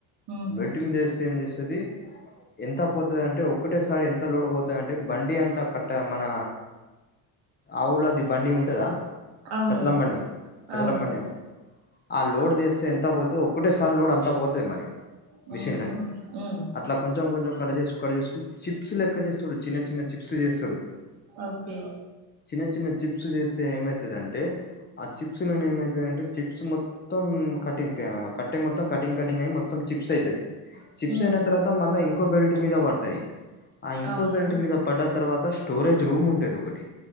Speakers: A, on the right; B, on the left.
A: ఉహు
B: బెల్టు మీద వేస్తే సది ఎంత పోతుంది అంటే ఒక్కటేసారి ఎంత లోడ్ పోతుందంటే బండి అంతా కట్ట మన ఆవులది బండి ఉంటందా
A: అవును
B: కచ్చలంబండి కచ్చలంబండి
A: అవును
B: అంట ఆ లోడ్ తీస్తే ఎంత పోతు ఒక్కటే సారి లోడ్ అంత పోతు తది మరి
A: ఉహు
B: మిషన్ ల కి
A: ఉమ్
B: అట్లా కొం కొంచం క చేసు క చేసుకు చిప్స్ లెక్క చేస్తాడు చిన్న చిన్న చిప్స్ చేస్తాడు
A: ఓకే
B: చిన్న చిన్న చిప్స్ చేస్తే ఏమైతదంటే ఆ చిప్స్ లో ఏమైతాంటే చిప్స్ మొత్తం కటి కట్టే మొత్తం కటింగ్ కటింగ్ అయి మొత్తం చిప్స్ అవుతంది చిప్స్
A: ఉమ్
B: అయిన తర్వాత మళ్ళా కో బెల్ట్ మీద వడతాయి ఆ ఇంకో
A: అవునా
B: బెల్ట్ మీద పడ్డ తర్వాత స్టోరేజ్ రూమ్ ఉంటది ఒకటి